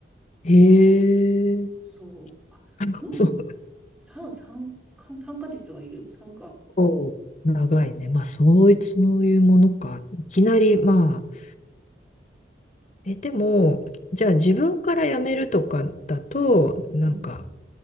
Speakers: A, on the left; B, in the centre.
A: へえ。
B: そう。あ、
A: <laughs>
B: 4、
A: そ
B: 3、3、3ヶ月はいる ?3 か。
A: う。長いね。まあ、そういう、そういうものか。いきなり、まあ、え、でも、じゃあ自分から辞めるとかだと、
B: うん。
A: なんか、
B: うん。